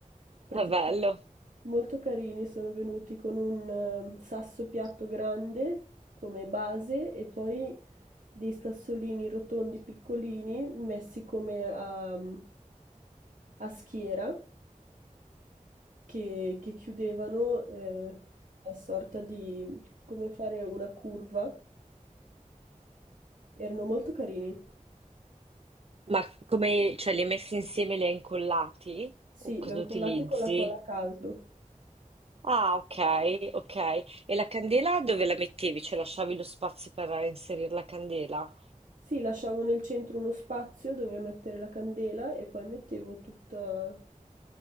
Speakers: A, on the right; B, on the right.
A: Praticamente
B: è bello.
A: Molto carini, sono venuti con un eh, sasso piatto grande come base e poi dei sassolini rotondi piccolini messi come a, mm, a schiera che, che chiudevano eh, una sorta di come fare una curva. Erano molto carini.
B: Ma come, cioè, li hai messi insieme, li hai incollati?
A: Sì,
B: O cosa
A: li ho incollati
B: utilizzi?
A: con la colla a caldo.
B: Ah, ok, ok. E la candela dove la mettevi? Cioè, lasciavi lo spazio per inserire la candela?
A: Sì, lasciavo nel centro uno spazio dove mettere la candela e poi mettevo tutta,